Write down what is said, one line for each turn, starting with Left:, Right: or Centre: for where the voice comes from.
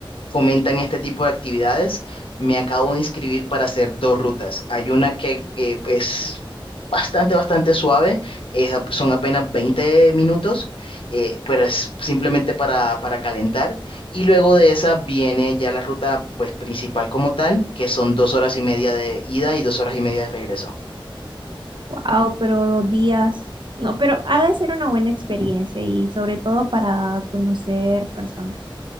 Left: fomentan este tipo de actividades. Me acabo de inscribir para hacer dos rutas. Hay una que eh, es bastante, bastante suave, es ap- son apenas 20 minutos, eh, pero es simplemente para, para calentar. Y luego de esa viene ya la ruta pues, principal como tal, que son dos horas y media de ida y dos horas y media de regreso.
Right: Wow, pero dos días. No, pero ha de ser una buena experiencia y sobre todo para conocer personas.